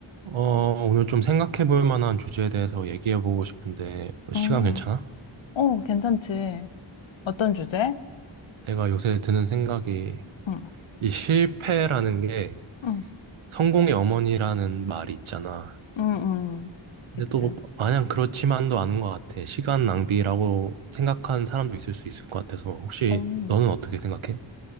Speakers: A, on the right (about 80°); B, on the left (about 70°).
A: 어, 오늘 좀 생각해 볼 만한 주제에 대해서 얘기해 보고 싶은데, 뭐 시간
B: 음.
A: 괜찮아?
B: 어, 괜찮지. 어떤 주제?
A: 내가 요새 드는 생각이,
B: 응,
A: 이 실패라는 게
B: 응,
A: 성공의 어머니라는 말이 있잖아.
B: 응, 응.
A: 근데
B: 그치.
A: 또 마냥 그렇지만도 않은 것 같아. 시간 낭비라고 생각하는 사람도 있을 수 있을 것 같아서, 혹시
B: 어,
A: 너는 어떻게 생각해?